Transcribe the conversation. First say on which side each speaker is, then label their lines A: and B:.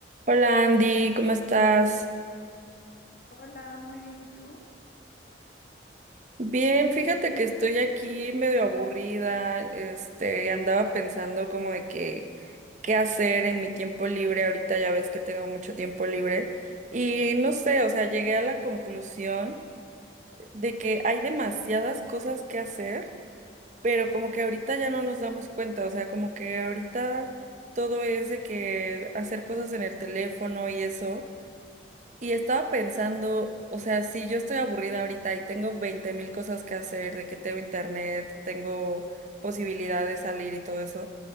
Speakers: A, on the right; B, on the left.
A: Hola Andy, ¿cómo estás?
B: Hola, muy bien, ¿y tú?
A: Bien, fíjate que estoy aquí medio aburrida, este, andaba pensando como de que qué hacer en mi tiempo libre, ahorita ya ves que tengo mucho tiempo libre y no sé, o sea, llegué a la conclusión de que hay demasiadas cosas que hacer, pero como que ahorita ya no nos damos cuenta, o sea, como que ahorita todo es de que hacer cosas en el teléfono y eso. Y estaba pensando, o sea, si yo estoy aburrida ahorita y tengo veinte mil cosas que hacer, de que tengo internet, tengo posibilidad de salir y todo eso,